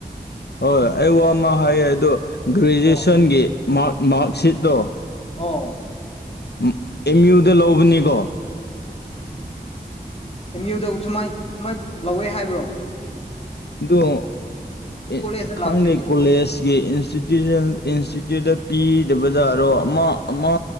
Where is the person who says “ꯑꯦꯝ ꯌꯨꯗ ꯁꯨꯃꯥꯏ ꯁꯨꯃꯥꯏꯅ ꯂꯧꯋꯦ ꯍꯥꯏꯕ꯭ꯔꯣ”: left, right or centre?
Left